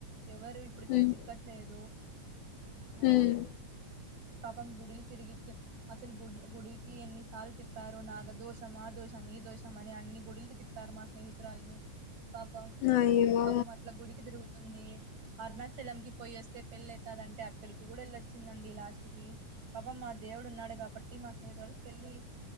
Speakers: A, on the right (about 65°); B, on the left (about 85°).
A: ఎవరు ఇప్పటికే
B: ఉమ్
A: చిక్క లేదు ఆ
B: ఉమ్.
A: పాపం గుడిలు తిరిగిచ్చ అసలు గు గుడికి ఎన్ని సార్లు తిప్పారో నాగదోషం ఆ దోషం ఈ దోషం అని అన్ని గుడులికి తిప్ ారు మా స్నేహితురాల్ని పాపం
B: అయ్యో
A: పాపం అట్ల గుడికి తిరుగుతుంది అరుణాచలం కి పోయేస్తే పెళ్ళి అయితాది అంటా అక్కడికి కూడా వెళ్ళొచ్చిందండి లాస్ట్ కి పాపం మా దేవుడు ఉన్నాడు కాబట్టి మా స్నేహితుడు పెళ్ళి